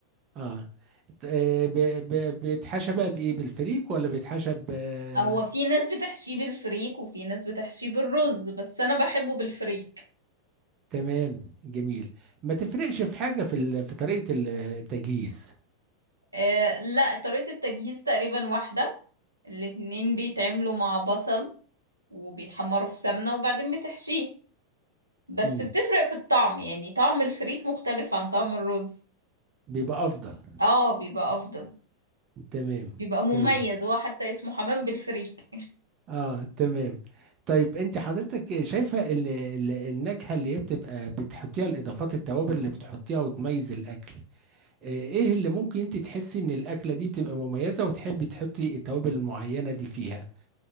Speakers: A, on the right (about 35°); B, on the right (about 80°).
A: اه ت- آه، ب- ب- بيتحشى بقى بايه بالفريك ولا بيتحشى ب آه،
B: هو في ناس بتحشيه بالفريك وفي ناس بتحشيه بالرز بس انا بحبه بالفريك
A: تمام جميل ما تفرقش في حاجه في ال... في طريقه ال- التجهيز
B: آه لا طريقة التجهيز تقريبا واحدة الاتنين بيتعملوا مع بصل وبيتحمروا في سمنة وبعدين بتحشيه بس
A: امم
B: بتفرق في الطعم يعني طعم الفريك مختلف عن طعم الرز
A: بيبقى افضل
B: اه بيبقى افضل
A: تمام
B: بيبقى مميز
A: تمام
B: هو حتى اسمه حمام بالفريك
A: اه تمام طيب انت حضرتك شايفه ال... ال... النكهه اللي هي بتبقى بتحطيها الاضافات التوابل اللي بتحطيها وتميز الاكل آه، ايه اللي ممكن انت تحسي ان الاكله دي بتبقى مميزه وتحبي تحطي التوابل المعينه دي فيها